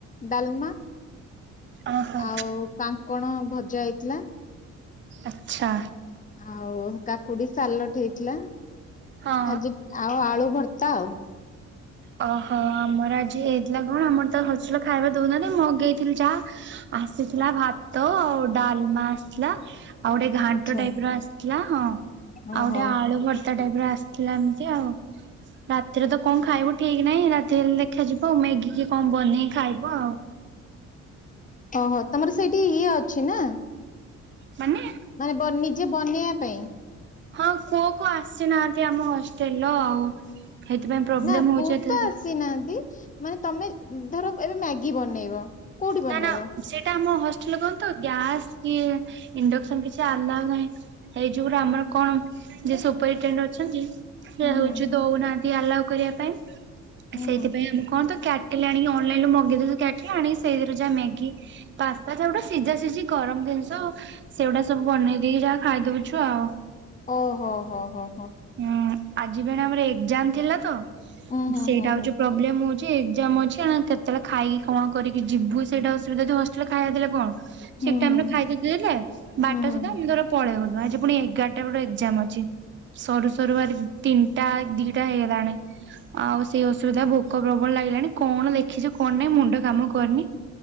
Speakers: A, on the left (about 25°); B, on the right (about 40°).
A: ଡାଲମା।
B: ଓହୋ
A: ଆଉ କାଙ୍କଣ ଭଜା ହେଇଥିଲା।
B: ଆଚ୍ଛା।
A: ଆଉ କାକୁଡି ସାଲଟ ହେଇଥିଲା।
B: ହଁ।
A: ଆଜି ଆଉ ଆଳୁ ଭର୍ତ୍ତା ଆଉ।
B: ଓହୋ ଆମର ଆଜି ହେଇଥିଲା କଣ, ଆମର ତ ହୋସେଲ ଖାଇବା ଦଉନାହାନ୍ତି ମଗେଇଥିଲି ଯାହା। ଆସିଥିଲା ଭାତ ଆଉ ଡାଲମା ଆସିଥିଲା। ଆଉ ଗୋଟେ ଘାଣ୍ଟ
A: ଆଚ୍ଛା
B: ଟାଇପର ଆସିଥିଲା। ହଁ
A: ଓହୋ
B: ଆଉ ଗୋଟେ ଆଳୁ ଭ ତା ଟାଇପ ରେ ଆସିଥିଲା ଏମିତି ଆଉ ରାତିରେ ତ କଣ ଖାଇବୁ ଠିକ ନାହିଁ। ରାତି ହେଲେ ଦେଖାଯିବ ଆଉ ମ୍ୟାଗି କି କଣ ବନେଇ ଖାଇବୁ ଆଉ।
A: ଓହୋ ତମର ସେଇଠି ଇଏ ଅଛି ନା।
B: ମାନେ
A: ମାନେ ବ ନିଜେ ବନେଇବା ପାଇଁ।
B: ହଁ କୁଅ କୁ ଆସିନାହାନ୍ତି ଆମ ହଷ୍ଟେଲ ର ଆଉ। ସେଇଥିପାଇଁ ପ୍ରୋବ୍ଲେମ
A: ନା କୁକ୍
B: ହଉଛି ଏଥର।
A: ତ ଆସିନାହାନ୍ତି। ମାନେ ତମେ ଧର ଏବେ ମ୍ୟାଗି ବନେଇବ। କୋଉଠି ବନେଇବ
B: ନା ନା ସେଇଟା ଆମ ହଷ୍ଟେଲ କଣ ତ ଗ୍ୟାସ୍ କି ଇଣ୍ଡକ୍ସନ କିଛି ଆଲାଉ ନାହିଁ। ଏଇ ଯୋଉଟା ଆମର କଣ ଯେ ସୁପର ଟେଣ୍ଡ ଅଛନ୍ତି ସେ
A: ହୁଁ
B: ହଉଛି
A: ହୁଁ ହୁଁ
B: ଦଉନାହାନ୍ତି ଆଲାଉ କରିବା ପାଇଁ।
A: ହୁଁ
B: ସେଇଥିପାଇଁ
A: ହୁଁ
B: ଆମେ କଣ ତ କ୍ୟା ଟେଲେ ଆଣିକି ଅନଲାଇନୁ ରୁ ମଗେଇ ଦେଉଚୁ, କ୍ୟାଟିଲ ଆଣି ସେଇଥିରେ ଯାହା ମ୍ୟାଗି ପାସ୍ତା ଯୋଉ ଟା ସିଝା ସିଝି ଗରମ ଜିନିଷ ସେଗୁଡା ସବୁ ବନେଇ ଦେଇକି ଯାହା ଖାଇଦଉଛୁ ଆଉ।
A: ଓ ହୋ ହୋ ହୋ ହୋ।
B: ହୁଁ ଆଜି ପେଣେ ଆମର ଏକ୍ଜାମ ଥିଲା ତ,
A: ହୁଁ ହୁଁ
B: ସେଇଟା
A: ହୁଁ
B: ହଉଚି ପ୍ରୋବ୍ ପ୍ରୋବ୍ଲେମ୍ ହଉଛି ଏକ୍ଜାମ ଅଛି ଆ କେତେବେଳେ ଖାଇକି କଣ କରିକି ଯିବୁ। ସେଇଟା ଅସୁବିଧ ଅଛି ହଷ୍ଟେଲ୍ ଖାଇବା ଦେଲେ କଣ ସେଇଟି
A: ହୁଁ
B: ତ
A: ହୁଁ
B: ଆମେ
A: ହୁଁ
B: ଖାଇଦଉଚୁ ହେଲା। ବାରଟା
A: ହୁଁ ହୁଁ ହୁଁ ହୁଁ
B: ସୁଧା ଆମେ ଧର ପଳେଇଗଲୁ। ଆଜି ପୁଣି ଏଗାରଟା ବେଳେ ଏକ୍ଜାମ ଅଛି। ସରୁ ସରୁ ଆଜ ତିନିଟା ଦିଟା ହେଇଗଲାଣି। ଆଉ ସେଇ ଅସୁବିଧା। ଭୋକ ପ୍ରବଳ ଲାଗିଲାଣି କଣ ଲେଖିଚୁ କଣ ନାଇଁ ମୁଣ୍ଡ କାମ କରୁନି।